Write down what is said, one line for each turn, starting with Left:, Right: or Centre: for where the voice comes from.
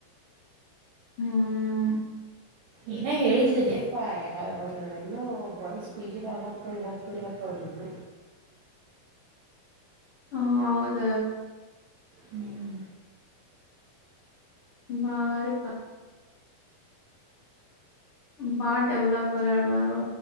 Left: ಹ್ಮ್
Right: ಏನ ಹೇಳಿದ್ಲಿಲ್ಲಪ್ಪಾ ಅವರು ಎಲ್ಲೋ ಬಾಯ್ಸ್ ಪೇಜಿನಾಗೊಂಡ ಹೋಗ್ತಿದ್ರ ಸರಿದು
Left: ಹ ಹೌದಾ
Right: ಹ್ಮ್
Left: ಬಾರ ಬಾ ಡೆವ್ಲಪ್ ಆಗ್ಯಾರ ಮಾರು